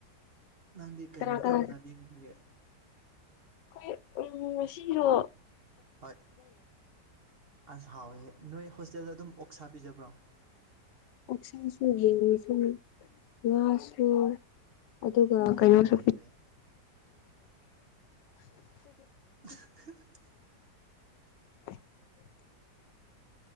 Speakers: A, on the right (about 40°); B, on the left (about 85°).
A: ꯅꯪꯗꯤ ꯀꯩ
B: ꯀꯅꯥ
A: ꯃꯊꯦꯜ
B: ꯀꯅꯥ
A: ꯆꯥꯕꯤꯈ꯭ꯔꯒꯦ
B: ꯑꯩꯈꯣꯏ ꯎꯝ ꯁꯤꯔꯣ
A: ꯍꯣꯏ ꯑꯁ ꯍꯥꯎꯋꯦ ꯅꯣꯏ ꯍꯣꯁꯇꯦꯜꯗ ꯑꯗꯨꯝ ꯑꯣꯛꯁꯥ ꯄꯤꯖꯕ ꯕ꯭ꯔꯣꯝ
B: ꯑꯣꯁꯥꯡꯁꯨ ꯌꯦꯉꯁꯨ ꯋꯥꯁꯨ ꯑꯗꯨꯒ
A: ꯐꯩꯌꯦ
B: ꯀꯩꯅꯣꯁꯨ
A: ꯐꯩꯌꯦ ꯐꯩꯌꯦ <inaudible>
B: <inaudible>